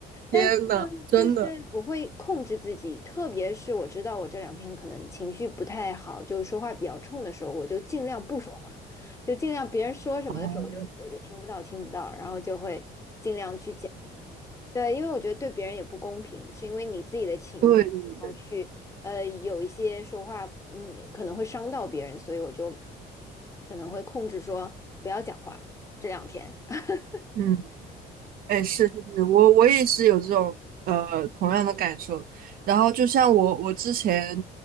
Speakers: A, on the left; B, on the right.
A: 但是呢，
B: 天呐，真的，
A: 就是我会控制自己，特别是我知道我这两天可能情绪不太好，就说话比较冲的时候，我就尽量不说话，就尽量别人说什么的时候，
B: 哦，
A: 我就我就听不到，听不到，然后就会尽量去减。对，因为我觉得对别人也不公平，是因为你自己的情绪，
B: 对对对，
A: 然后去呃有一些说话，嗯，可能会伤到别人，所以我就可能会控制说不要讲话这两天。<laughs>
B: 嗯。哎，是是是，我我也是有这种呃同样的感受。然后就像我我之前